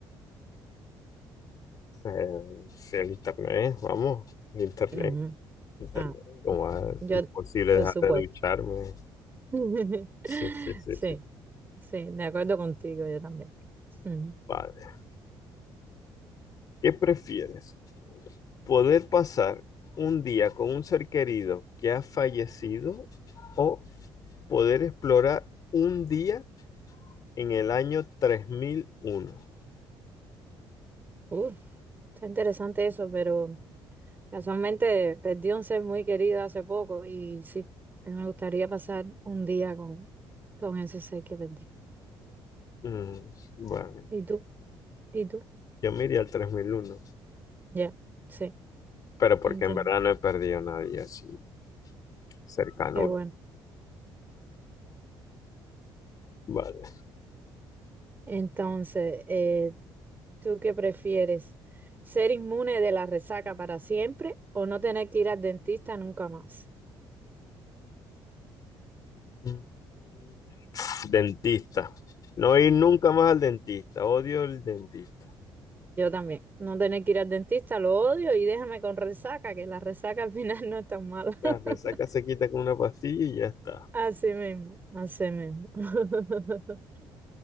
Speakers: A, on the left; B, on the right.
A: Eh, sí, el internet, vamos, el internet,
B: Ujú.
A: internet.
B: Ah,
A: Como ah, es
B: yo,
A: imposible
B: por
A: dejar
B: supuesto.
A: de ducharme.
B: <laughs>
A: Sí, sí, sí,
B: Sí,
A: sí,
B: sí, de acuerdo contigo, yo también. Ujú.
A: padre. ¿Qué prefieres? ¿Poder pasar un día con un ser querido que ha fallecido o poder explorar un día en el año 3001?
B: Uh, está interesante eso, pero casualmente perdí un ser muy querido hace poco y sí, me gustaría pasar un día con, con ese ser que perdí.
A: Mm, vale,
B: ¿Y tú? ¿Y tú?
A: yo me iría al tres mil uno.
B: Ya, sí,
A: pero porque
B: te entiendo.
A: en verdad no he perdido a nadie así cercano.
B: Qué bueno.
A: Vale.
B: Entonces, eh, ¿tú qué prefieres? ¿Ser inmune de la resaca para siempre o no tener que ir al dentista nunca más?
A: Mm, Dentista. No ir nunca más al dentista. Odio el dentista.
B: Yo también, no tener que ir al dentista, lo odio y déjame con resaca, que la resaca al final <laughs> no es tan mala.
A: La
B: <laughs>
A: resaca se quita con una pastilla y ya está.
B: Así mismo, así mismo. <laughs>